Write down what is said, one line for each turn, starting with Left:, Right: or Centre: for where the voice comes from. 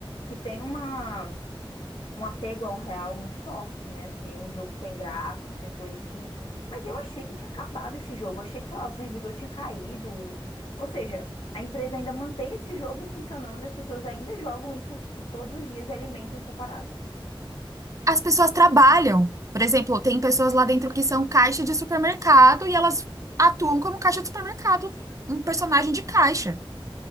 Left: que tem uma, um apego ao real muito forte, né, assim, o jogo tem gráficos, tem coisas que... Mas eu achei que tinha acabado esse jogo, eu achei que, sei lá, o servidor tinha caído, ou seja, a empresa ainda mantém esse jogo funcionando, as pessoas ainda jogam isso, tipo, todos os dias e alimentam essa parada.
Right: As pessoas trabalham. Por exemplo, tem pessoas lá dentro que são caixa de supermercado e elas atuam como caixa de supermercado, um personagem de caixa.